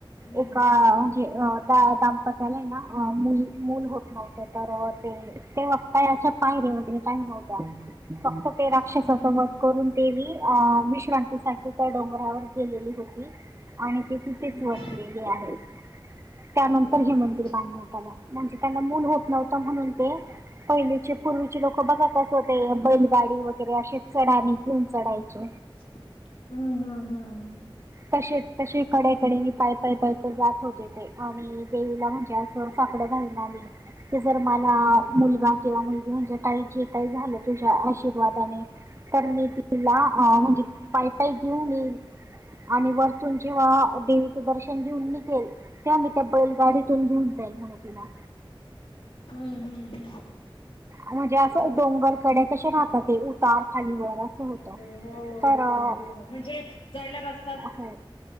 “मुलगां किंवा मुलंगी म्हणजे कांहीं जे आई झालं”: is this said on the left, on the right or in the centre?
Right